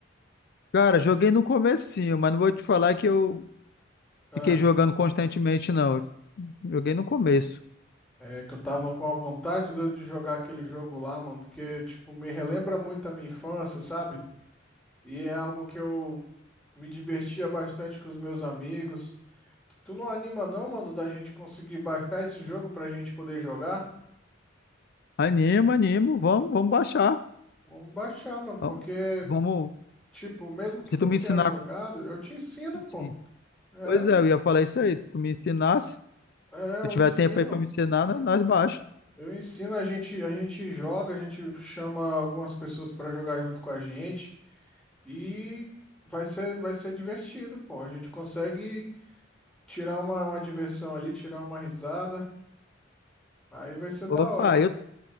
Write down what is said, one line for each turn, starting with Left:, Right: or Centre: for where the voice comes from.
Left: Cara, joguei no comecinho, mas não vou te falar que eu
Centre: Ah,
Left: fiquei jogando constantemente, não. Joguei no começo.
Centre: é que eu tava com a vontade doida de jogar aquele jogo lá, mano, porque, tipo, me relembra muito a minha infância, sabe? E é algo que eu me divertia bastante com os meus amigos. Tu não anima não, mano, da gente conseguir baixar esse jogo pra gente poder jogar?
Left: Anima, animo, vamos, vamos baixar.
Centre: Vamos baixar, mano, porque,
Left: Vamos, vamos-
Centre: tipo, mesmo que
Left: se
Centre: tu
Left: tu
Centre: não
Left: me
Centre: tenha
Left: ensinar,
Centre: jogado, eu te ensino, pô.
Left: sim.
Centre: É,
Left: Pois é, eu ia falar isso aí, se tu me ensinasse, se
Centre: é,
Left: tu
Centre: eu
Left: tiver
Centre: ensino.
Left: tempo aí pra me ensinar, nós nós baixa.
Centre: Eu ensino, a gente, a gente joga, a gente chama algumas pessoas para jogar junto com a gente e vai ser, vai ser divertido, pô. A gente consegue tirar uma, uma diversão ali, tirar uma risada, aí vai ser da
Left: Opa,
Centre: hora,
Left: eu